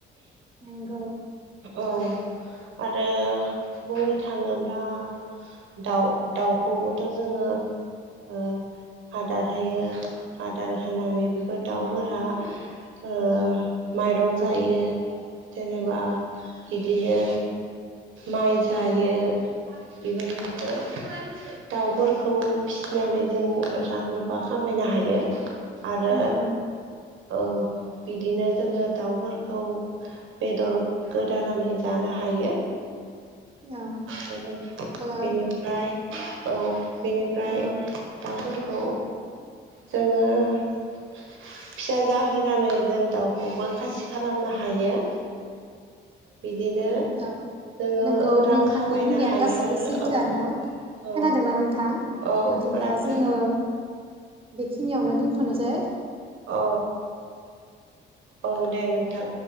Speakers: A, on the right; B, on the right.
A: नंगौ
B: औ आरो बुंनो थाङोब्ला दाउ दाउखौबोथ' जोङो ओ आदार होयो आदार होनानै बेफोर दाउफोरा ओ माइरं जायो। जेनेबा बिदिनो माइ जायो बेफोरखौनो दाउफोरखौ फिसिनानै जों रां रुफा खामायनो हायो। आरो
A: नंगौ
B: औ बिदिनो जोङो दाउफोरखौ बेदर गोदानानै जानो हायो।
A: औ
B: बेनि-बेनिफ्राय
A: ओ
B: औ बेनिफ्राय
A: नंगौ
B: दाउफोर <unintelligible> जोङो फिसा जाहोनानै जों दाउखौबो खासि खालामनो हायो बिदिनो
A: औ
B: जोङो
A: नंगौ
B: रां
A: नोंथांनि
B: खामायनो
A: बुंनाया
B: हायो
A: गासैबो
B: आरो
A: सैथोआनो।
B: औ औ
A: खोनादोंना नोंथां?
B: औ
A: बिदिब्ला
B: खोनादों
A: जोङो बेखिनियावनो दि थ'नोसै।
B: अ औ दे नोंथां।